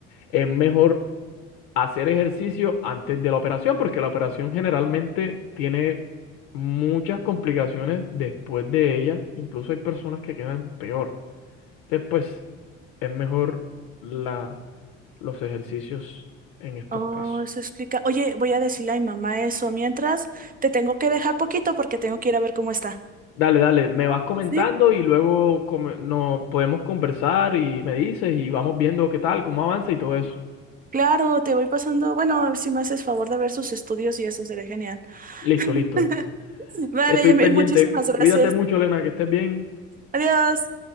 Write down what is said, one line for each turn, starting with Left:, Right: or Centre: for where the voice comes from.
Left: es mejor hacer ejercicio antes de la operación, porque la operación generalmente tiene muchas complicaciones después de ella, incluso hay personas que quedan peor. Después es mejor la, los ejercicios en estos
Right: Oh,
Left: casos.
Right: eso explica. Oye, voy a decirle a mi mamá eso. Mientras, te tengo que dejar poquito porque tengo que ir a ver cómo está.
Left: Dale, dale, me vas comentando
Right: Sí,
Left: y luego come- nos podemos conversar y me dices y vamos viendo qué tal, cómo avanza y todo eso.
Right: claro, te voy pasando. Bueno, si me haces favor de ver sus estudios y eso sería genial.
Left: Listo,
Right: <laughs>
Left: listo.
Right: Vale,
Left: Estoy
Right: Yamil,
Left: pendiente.
Right: muchísimas gracias.
Left: Cuídate mucho, Elena, que estés bien.
Right: Adiós.